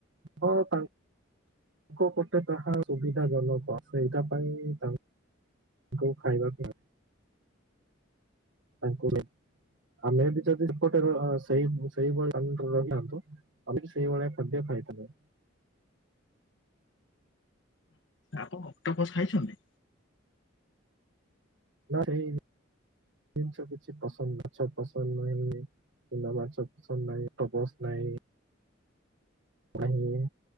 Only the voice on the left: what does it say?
ଆପଣ ଅକ୍ଟୋପସ ଖାଇଚନ୍ତି?